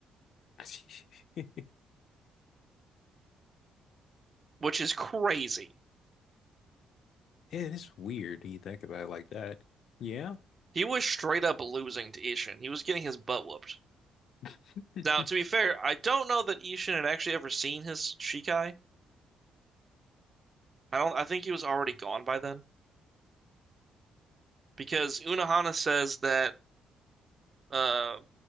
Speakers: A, on the left; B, on the right.
A: <laughs> Yeah,
B: which is crazy.
A: it's weird when you think about it like that. Yeah.
B: He was straight up losing to Ishin. He was getting his butt whooped.
A: <laughs>
B: Now, to be fair, I don't know that Ishin had actually ever seen his Shikai. I don't. I think he was already gone by then because Unohana says that uh,